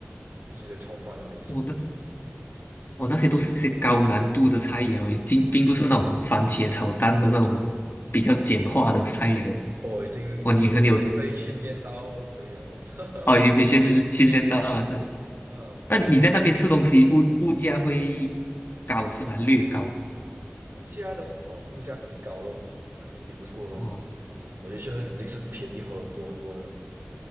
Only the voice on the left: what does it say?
我那哦，那些都是些高难度的菜肴，并并不是那种番茄炒蛋的那种比较简化的菜肴。
哦，你很有
哦，已经培训训练到了是吧？
那你在那边吃东西，物物价会高是吗？略高
哦，